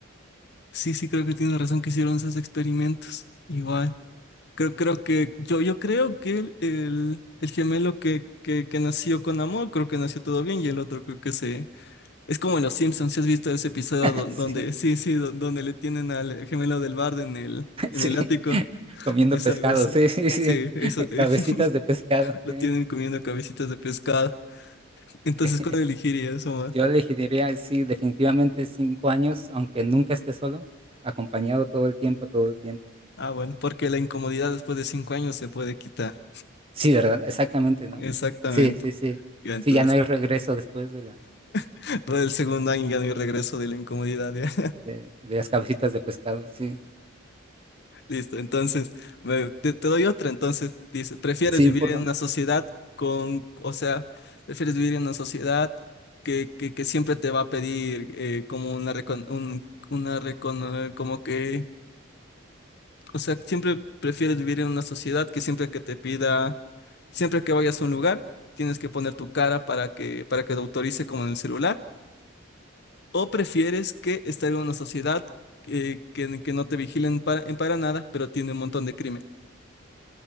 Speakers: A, on the left; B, on the right.
A: sí, sí, creo que tienes razón que hicieron esos experimentos. Igual. Creo, creo que yo, yo creo que el, el, el gemelo que, que, que nació con amor, creo que nació todo bien, y el otro creo que se... Es como en Los Simpsons, si has visto ese episodio
B: <laughs>
A: do- donde,
B: Sí,
A: sí, sí, do- donde le tienen al gemelo del bardo en el,
B: <laughs>
A: en
B: sí,
A: el ático.
B: comiendo
A: Es
B: pescado,
A: algo así.
B: sí, sí, sí,
A: Sí, eso, eh,
B: cabecitas
A: <laughs>
B: de pescado,
A: lo
B: sí,
A: tienen comiendo cabecitas de pescado. Entonces,
B: sí.
A: ¿cuál elegirías, Omar?
B: Yo elegiría, sí, definitivamente cinco años, aunque nunca esté solo, acompañado todo el tiempo, todo el tiempo.
A: Ah, bueno, porque la incomodidad después de cinco años se puede quitar.
B: Sí, ¿verdad? Exactamente, ¿no?
A: Exactamente.
B: Sí, sí, sí.
A: Ya, entonces,
B: Sí, ya no hay regreso después de la,
A: <laughs> todo el segundo año ya no hay regreso de la incomodidad, ya.
B: de, de las cabecitas de pescado, sí.
A: Listo, entonces me- te, te doy otra. Entonces dice, ¿prefieres
B: Sí,
A: vivir
B: porfa.
A: en una sociedad con, o sea, prefieres vivir en una sociedad que, que, que siempre te va a pedir eh, como una, recon- un- una recono- como que, o sea, siempre prefieres vivir en una sociedad que siempre que te pida, siempre que vayas a un lugar, tienes que poner tu cara para que, para que te autorice como en el celular? ¿O prefieres que estar en una sociedad eh, que, que no te vigilen para, en para nada, pero tiene un montón de crimen?